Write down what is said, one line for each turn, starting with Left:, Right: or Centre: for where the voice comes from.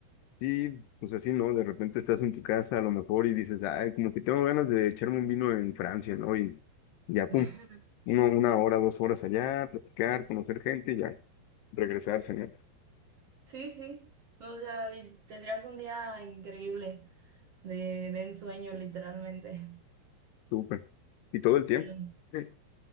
Left: Sí, pues así, ¿no? De repente estás en tu casa a lo mejor y dices, ay, como que tengo ganas de echarme un vino en Francia, ¿no? Y ya, pum,
Right: <laughs>
Left: uno, una hora, dos horas allá, platicar, conocer gente y ya, regresar, señor,
Right: Sí, sí. O sea, y tendrías un día increíble de, de ensueño, literalmente.
Left: Súper. Y todo el tiempo.
Right: Pero,
Left: Sí.